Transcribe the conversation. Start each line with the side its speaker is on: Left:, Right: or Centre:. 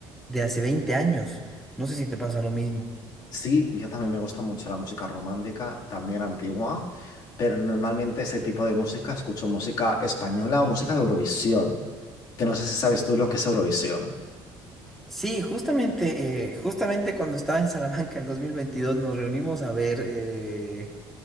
Centre: de hace 20 años. No sé si te pasa lo mismo.
Left: Sí, yo también me gusta mucho la música romántica, también antigua, pero normalmente ese tipo de música escucho música española o música de Eurovisión, que no sé si sabes tú lo que es Eurovisión.
Centre: Sí, justamente, eh, justamente cuando estaba en Salamanca en el 2022 nos reunimos a ver... eh,